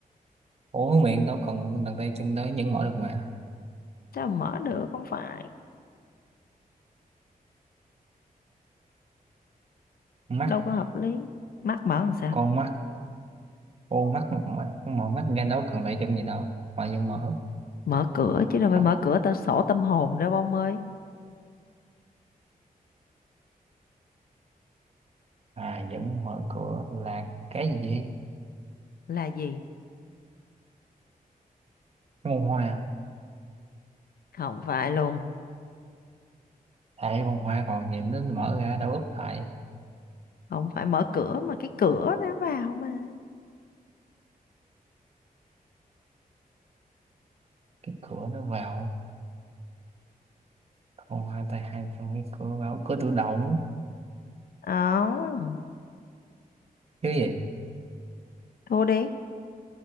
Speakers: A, on the right; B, on the left.
A: ủa cái miệng đâu cần đằng tay chân đó vẫn mở được mà
B: sao mà mở được không phải
A: mắt
B: đâu có hợp lý mắt mở làm sao
A: con mắt Ô mắt mà- mờ mắt ra đâu cần tại chân gì đâu mà vẫn mở
B: mở cửa chứ đâu phải
A: à,
B: mở cửa ta sổ tâm hồn đâu ông ơi
A: à vẫn mở cửa là cái gì
B: là gì
A: bông hoa
B: không phải luôn
A: hệ bông hoa còn gì nó mở ra đâu úp lại
B: không phải mở cửa mà cái cửa nó vào mà
A: cái cửa nó vào bông hoa tay hai chân cái cửa vào cửa tự động
B: không
A: chứ gì
B: thua đi